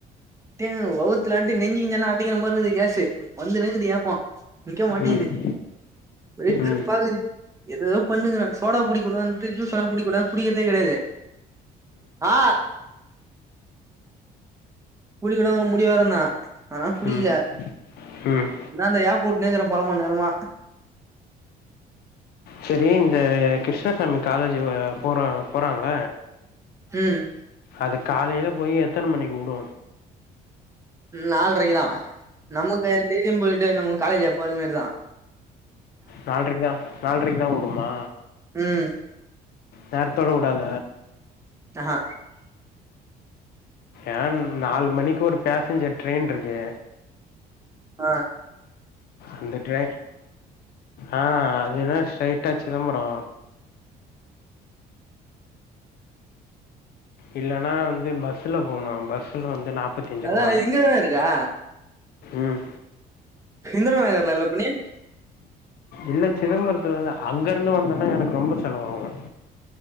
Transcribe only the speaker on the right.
டே வவுத்துலான்டி நெஞ்சு கிஞ்சல்லா அடைக்கிற மாரி இருக்குது கேசு வந்துனே இகுது ஏப்போ நிக்க மாட்டேங்கிது
ஒரே வெறுப்பா
இகுது எதோ பண்ணுங்கிற சோடாப் பொடி குட்றான் இது ஜூசலா குடிக்க கூடாதுன் குடிக்கர்தே கெடையாது ஆ குடிக்க கூடாதுனு ஒரு முடிவா இருந்தே ஆனா குடிகில
அதா அந்த ஏப்ப வுட்னே இகறே பல மண் நேரமா
ம்
நால்ரைக்குதா நமக்கு டெய்லியும் போயிட்டு நமக்கு காலேஜூ எப்போதும் மேரிதா
ம்
அஹ
அ
அதா இங்கதான இருக்கா
இந்திரா நகர்ல இல்ல இப்ப நீ